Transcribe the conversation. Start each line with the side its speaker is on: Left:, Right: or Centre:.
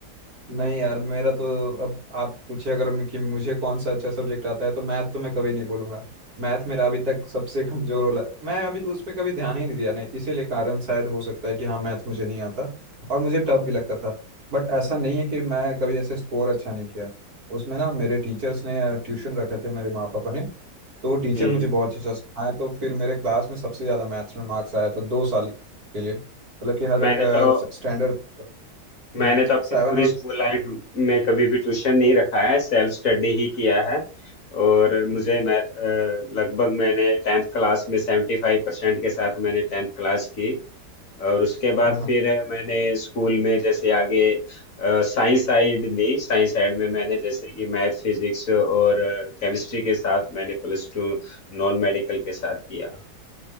Right: नहीं यार मेरा तो अब आप पूछे अगर मैं कि मुझे कौन सा अच्छा सब्जेक्ट आता है तो मैथ तो मैं कभी नहीं बोलूंगा मैथ मेरा अभी तक सबसे कमजोर वाला मैं अभी उस पर कभी ध्यान ही नहीं दिया नहीं इसीलिए कारण शायद हो सकता है कि हाँ मैथ मुझे नहीं आता और मुझे टफ भी लगता था बट ऐसा नहीं है कि मैं कभी ऐसे स्कोर अच्छा नहीं किया उसमें ना मेरे टीचर्स ने ट्यूशन रखे थे मेरे माँ पापा ने तो वो टीचर
Left: हम्म,
Right: मुझे बहुत अच्छा सिखाए तो फिर मेरे क्लास में सबसे ज्यादा मैथ्स में मार्क्स आया था दो साल के लिए मतलब कि हर
Left: मैंने तो
Right: स्टैंडर्ड हम्म,
Left: मैंने तो अपनी
Right: सेवन
Left: पूरी
Right: और
Left: स्कूल लाइफ में कभी भी ट्यूशन नहीं रखा है सेल्फ स्टडी ही किया है और मुझे
Right: हम्म,
Left: मैं अ, लगभग मैंने टेंथ क्लास में सेवेंटी फाइव परसेंट के साथ मैंने टेंथ क्लास की और उसके बाद
Right: हाँ हाँ
Left: फिर मैंने स्कूल में जैसे आगे साइंस साइड ली साइंस साइड में मैंने जैसे कि मैथ फिजिक्स और केमिस्ट्री के साथ मैंने प्लस टू नॉन मेडिकल के साथ किया